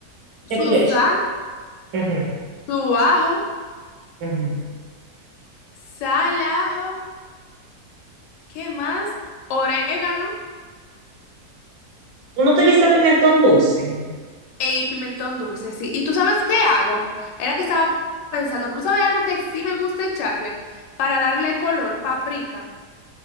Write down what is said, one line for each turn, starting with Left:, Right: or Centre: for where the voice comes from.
Left: su
Right: ¿qué tú le
Left: sal,
Right: echas? Ujú,
Left: su ajo,
Right: ujú.
Left: sal, ajo, ¿qué más? Orégano
Right: ¿Uno utiliza pimentón dulce?
Left: e y pimentón dulce, sí. ¿Y tú sabes qué hago? Era que estaba pensando, pero ¿tú sabes algo que sí me gusta echarle para darle color? Paprika.